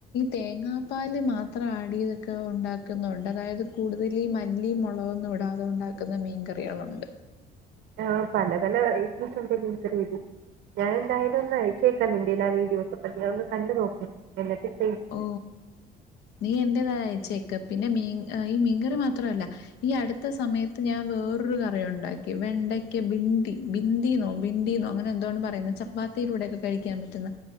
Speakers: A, on the left (about 85°); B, on the right (about 70°).
A: തേങ്ങാപ്പാല് മാത്രം ആഡ് ചെയ്തൊക്കെ ഉണ്ടാക്കുന്ന ഉണ്ട് അതായത് കൂടുതൽ ഈ മല്ലിം മുളകൊന്നും ഇടാതെ ഉണ്ടാക്കുന്ന മീൻകറികളും ഉണ്ട്.
B: ആ പല പല വെറൈറ്റിസ് ഉണ്ട് മീൻകറില് ഞാൻ എന്തായാലും ഒന്ന് അയച്ചേക്കാം നിന്റേൽ ആ വീഡിയോസൊക്കെ നീ ഒന്ന് കണ്ടുനോക്ക് എന്നിട്ട് ചെയ്
A: ഓ നീ എന്തായാലും അതയച്ചേക്ക് പിന്നെ മീൻ ഈ മീൻകറി മാത്രല്ല ഈ അടുത്തസമയത്ത് ഞാൻ വേറൊരു കറിയുണ്ടാക്കി വെണ്ടയ്ക്ക ബിണ്ടി ബിന്ദിന്നോ ബിന്തിന്നോ അങ്ങനെ എന്തോണ് പറയുന്നേ. ചപ്പാത്തിടെ കൂടൊക്കെ കഴിക്കാൻ പറ്റുന്ന,